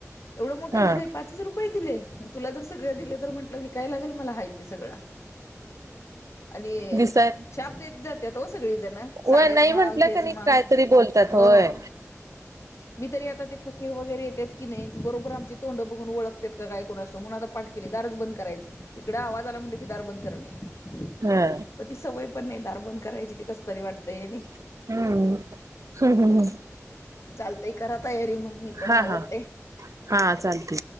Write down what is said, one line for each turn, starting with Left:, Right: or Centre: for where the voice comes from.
Left: एवढं मोठं
Right: हा
Left: घर आहे पाचच रुपये दिले? तुला जर सगळ दिले तर म्हटलं विकाय लागेल मला ह ते सगळं. आणि
Right: दिसाय
Left: शाप देत जात्यात ओ सगळी जण
Right: व
Left: साड्याच
Right: नाही
Left: माग
Right: म्हटलं
Left: हेच
Right: का नाही.
Left: माग
Right: कायतरी बोलतात
Left: हो
Right: होय
Left: मी तरी आता ते फकीर वगैरे येतेेत की नाही. बरोबर आमची तोंड बघून ळखतात का गयको न असत म्हणून आता पाठ केली दारज बंद करायचं तिकड आवाज आला म्हणलं कदार बंद करणे
Right: हा
Left: प ती सवय पण नाही दार बंद करायची ती कस तरी वाटतंय
Right: हम् ह ह
Left: चालतय करा तयारी मग मी पण
Right: हा
Left: आवरते
Right: हा हा चालते